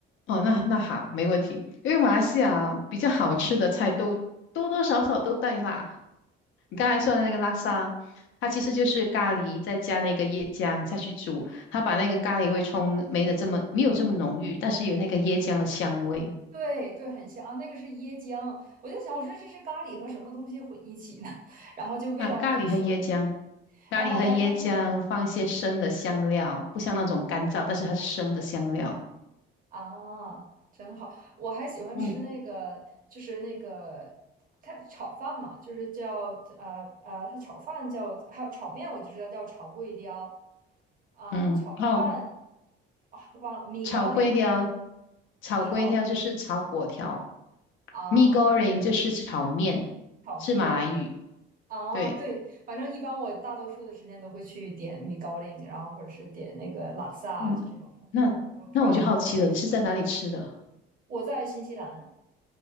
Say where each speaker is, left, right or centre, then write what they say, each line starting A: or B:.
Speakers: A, on the left (about 70°); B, on the right (about 40°).
A: 哦，那那好，没问题。因为马来西亚比较好吃的菜都多多少少都带辣。你刚才说的那个拉沙，
B: 我嗯。
A: 它其实就是咖喱再加那个椰浆下去煮，它把那个咖喱味冲没的这么没有这么浓郁，但是有那个椰浆的香味。
B: 对对，很香啊，那个是椰浆。我就想，我说这是咖喱和什么东西混一起呢？<laughs> 然后就味道很香，
A: 啊，咖喱和椰浆，咖喱和椰浆放一些生的香料，
B: 然后我还愿意
A: 不像那种干燥，但是它是生的香料。
B: 啊，真好。我还喜欢吃那个，
A: 嗯
B: 就是那个它炒饭嘛，就是叫呃呃，它炒饭叫，还有炒面，我就知道叫炒桂雕啊、
A: 嗯，
B: 炒饭
A: 哦，
B: 忘了米糕林
A: 炒粿条，炒粿条就是炒粿条
B: 米糕林啊，
A: ，mee goreng 就是炒面，
B: 炒面。
A: 是马来语。
B: 啊，
A: 对，
B: 对，反正一般我大多数的时间都会去点米高林，然后或者是点那个拉萨，
A: 嗯，
B: 就这种呃什么
A: 那那我就好奇了，
B: p r a w o o d l s
A: 你是在哪里吃的？
B: 我在新西兰，